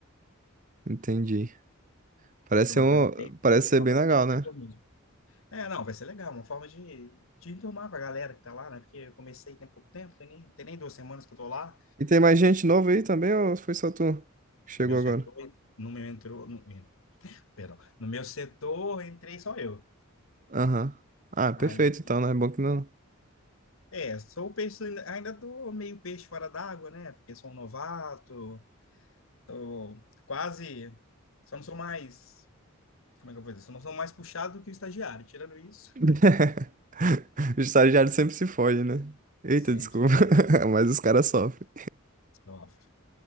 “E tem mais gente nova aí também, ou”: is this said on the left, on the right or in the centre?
Right